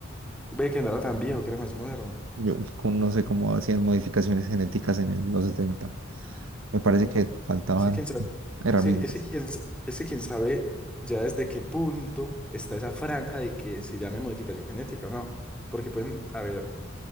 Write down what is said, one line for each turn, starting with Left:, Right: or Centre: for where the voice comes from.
Centre: Ve que no era tan viejo, que era más moderno.
Right: Yo con- no sé cómo hacían modificaciones genéticas en el- los 70. Me
Centre: Yo
Right: parece
Centre: tampoco.
Right: que faltaban
Centre: Es que quién sabe,
Right: herramientas.
Centre: es que, es que quién, sa- es que quién sabe ya desde qué punto está esa franja de que se llame modificación genética o no. Porque pueden haber